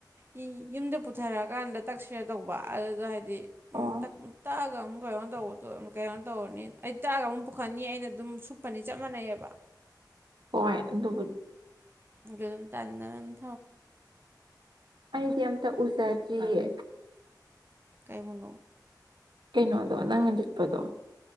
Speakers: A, on the right; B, on the right.
A: ꯌꯨ ꯌꯨꯝꯗ ꯄꯨꯊꯔꯛꯑꯀꯥꯟꯗ ꯇꯛꯁꯤꯔ ꯇꯧꯕ ꯑꯗꯨꯗ ꯍꯥꯏꯗꯤ ꯎꯝ
B: ꯑꯣ
A: ꯇꯛ ꯇꯛꯑꯒ ꯑꯃꯨꯛ ꯀꯩꯅꯣ ꯇꯧꯕꯗꯣ ꯀꯩꯅꯣ ꯇꯧꯔꯅꯤ ꯑꯩ ꯇꯛꯑꯒ ꯑꯃꯨꯛ ꯄꯨꯈꯠꯅꯤ ꯑꯩꯅ ꯑꯗꯨꯝ ꯁꯨꯞꯄꯅꯤ ꯆꯞ ꯃꯥꯟꯅꯩꯌꯦꯕ
B: ꯍꯣꯏ ꯑꯗꯨꯕꯨ
A: ꯑꯗꯨꯅ ꯇꯟꯅꯗꯅ
B: ꯑꯩꯗꯤ ꯑꯝꯇ ꯎꯖꯗ꯭ꯔꯤꯌꯦ
A: ꯀꯩꯕꯨꯅꯣ
B: ꯀꯩꯅꯣꯗꯣ ꯅꯪꯅ ꯂꯤꯠꯄꯗꯣ